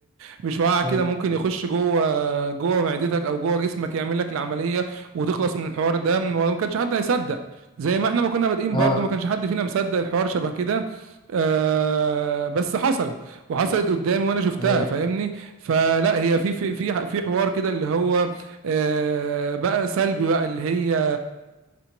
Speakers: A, on the right; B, on the left.
A: بشعاع كده
B: مم.
A: ممكن يخش جوه جوه معدتك او جوه جسمك يعمل لك العمليه وتخلص من الحوار ده وما كانش حد هيصدق زي ما احنا ما كنا بادئين
B: اه
A: برضه ما كانش حد فينا مصدق الحوار شبه كده آه بس حصلت وحصلت قدامي وانا شفتها
B: ايوه
A: فاهمني فلا هي في في في في حوار كده اللي هو آه بقى سلبي بقى اللي هي